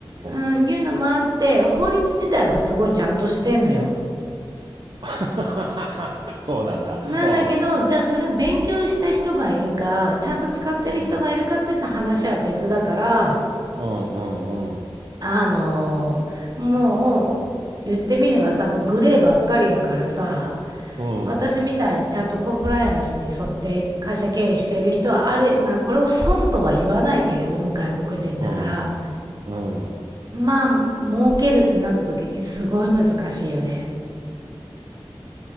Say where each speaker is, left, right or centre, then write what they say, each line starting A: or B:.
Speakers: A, on the right; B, on the right.
A: うん、
B: ん。
A: いうのもあって、法律自体はすごいちゃんとしてんのよ。
B: <laughs> そうなんだ。
A: なんだけど、
B: うん、
A: じゃあそれを勉強した人がいるか、ちゃんと使ってる人がいるかって言ったら話は別だから、
B: うん、うん、うん、
A: あのもう言ってみればさもうグレーばっかりだからさ
B: うん、
A: 私みたいにちゃんとコンプライアンスに沿って会社経営してる人はあるまあこれを損とは言わないけれども外国人だから
B: うん、うん、うん。うん
A: まあ儲けるってなった時にすごい難しいよね